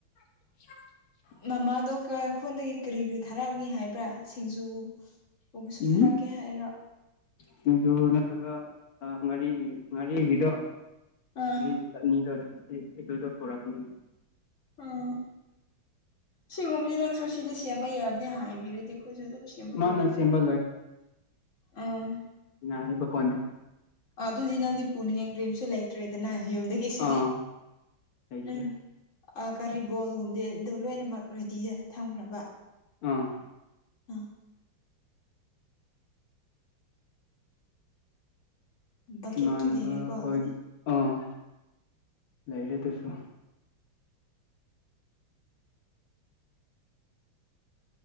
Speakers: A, on the left (about 85°); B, on the left (about 35°).
A: <inaudible>
B: ꯃꯃꯥꯗꯣ ꯀ ꯈꯨꯟꯗꯒꯤ ꯀꯔꯤ ꯀꯔꯤ ꯊꯥꯔꯛꯑꯅꯤ ꯍꯥꯏꯕ꯭ꯔ ꯁꯤꯡꯖꯨ ꯄꯨꯡꯁꯨ
A: ꯎꯝ
B: ꯊꯥꯔꯛ ꯀꯦ ꯍꯥꯏꯔꯣ꯫
A: ꯁꯤꯡꯖꯨ ꯅꯠꯇ꯭ꯔꯒ ꯉꯥꯔꯤꯒꯤ ꯉꯥꯔꯤꯒꯤꯗꯣ
B: ꯑꯥ
A: ꯉꯥꯔꯤꯒꯤ ꯆꯠꯅꯤꯗꯣ ꯑꯗꯨꯗꯣ ꯄꯨꯔꯛꯀꯅꯤ
B: ꯎꯝ ꯁꯤꯒꯨꯝꯕꯗꯤ ꯅꯪꯁꯨ ꯁꯤꯗ ꯁꯦꯝꯕ ꯌꯥꯕꯅꯤ ꯍꯥꯏꯕꯤꯔꯗꯤ ꯑꯩꯈꯣꯏꯁꯨ ꯑꯗꯨꯝ ꯁꯦꯝ
A: ꯃꯥꯅ
B: ꯌꯥꯎꯕ ꯌꯥꯕꯗꯨ
A: ꯁꯦꯝꯕ
B: ꯎꯝ꯫
A: ꯅꯅꯤꯃꯀꯣꯟꯗ꯫
B: ꯑꯗꯨꯗꯤ ꯅꯪꯗꯤ ꯄꯨꯅꯤꯉꯥꯏ ꯀꯔꯤꯝꯁꯨ ꯂꯩꯇ꯭ꯔꯦꯗꯅ ꯌꯨꯝꯗꯒꯤ ꯁꯤꯗꯤ
A: ꯑꯥ ꯂꯩꯇ꯭ꯔꯦ
B: ꯅꯪ꯫ ꯑꯥ ꯀꯔꯤ ꯕꯣꯜꯒꯨꯝꯗꯤ ꯑꯗꯨ ꯂꯣꯏꯅꯃꯛ ꯔꯦꯗꯤꯗ ꯊꯝꯈ꯭ꯔꯕ꯫
A: ꯑꯥ
B: ꯑꯥ ꯕꯛꯀꯦꯠꯁꯨ
A: ꯏꯃꯥꯟꯅꯕ
B: ꯂꯩꯔꯦꯀꯣ
A: ꯑꯩꯈꯣꯏꯒꯤ
B: ꯑꯗꯨꯗꯤ
A: ꯑꯥ ꯂꯩꯔꯦ ꯑꯗꯨꯁꯨ